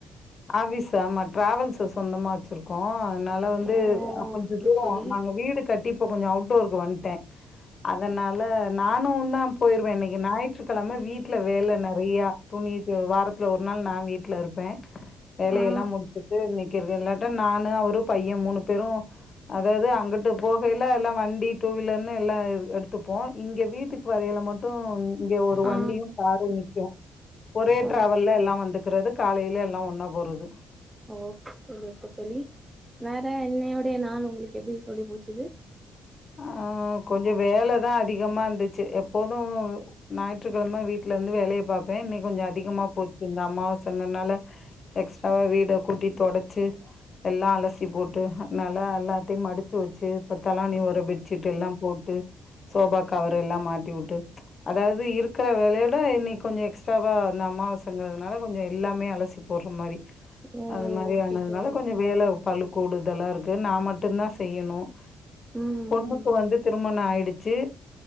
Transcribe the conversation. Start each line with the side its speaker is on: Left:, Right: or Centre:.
Left: ஆஃபீஸு ஆமா டிராவல்ஸு சொந்தமா வச்சிருக்கோ அதுனால வந்து
Right: ஓ
Left: கொஞ்ச
Right: ஓகே
Left: தூரொ
Right: தோழி
Left: நாங்க வீடு கட்டி இப்ப கொஞ்சொ அவுட்டோருக்கு வந் ட்டே அதனால நானுந்தா போயிருவே இன்னக்கி ஞாயிற்றுகெழம வீட்ல வேல நறையா துணி வாரத்துல ஒரு நாள் நா வீட்ல இருப்பே வேலயெல்லா
Right: ஆ
Left: முடுச்சுட்டு இன்னக்கி இருக்க இல்லாட்டா நானு அவரு பைய மூணு பேரு அதாது அங்கட்டு போகைல எல்லா வண்டி டூ வீலர்னு எல்லா எடுத்துப்போ இங்க வீட்டுக் வரைல மட்டு இங்க ஒரு
Right: ஆ
Left: வண்டியு காரு நி்க்கு ஒரே
Right: ஓ
Left: டிராவல்ல எல்லா வந்துக்குறது காலைல எல்லா ஒன்னா போறது
Right: ஓகே தோழி அப்ப‌ தோழி வேற இன்னயோடய நாள் உங்களுக்கு எப்டி தோழி போச்சுது
Left: ஆ கொஞ்சொ வேலதா அதிகமா இந்துச்சு எப்போது ஞாயிற்றுக்கெழம வீட்லந்து வேலய பாப்பே இன்னை கொஞ்ச அதிகமா போச்சு இந்த அமாவாசந்தனால எக்ஸ்ட்ராவா வீட கூட்டி தொடச்சு எல்லா அலசி போட்டு அன்னால அல்லாத்தையு மடுச்சு வச்சு இப்ப தலாணி ஒர பெட்ஷீட் எல்லா போட்டு சோபா கவர் எல்லா மாட்டி வுட்டு அதாவுது இருக்குற வேலயோட இன்னைக் கொஞ்ச எக்ஸ்ட்ராவா அந்த அமாவாசன்றதுனால கொஞ்ச எல்லாமே அலசி போட்ற மாரி
Right: ஓ
Left: அது மாரி
Right: ஓகே
Left: ஆனதுனால
Right: தோழி
Left: கொஞ்ச வேல பளு கூடுதலா இருக்கு நா மட்டுந்தா செய்யணு
Right: ம்
Left: பொண்ணுக்கு
Right: ம்
Left: வந்து திருமண ஆயிடுச்சி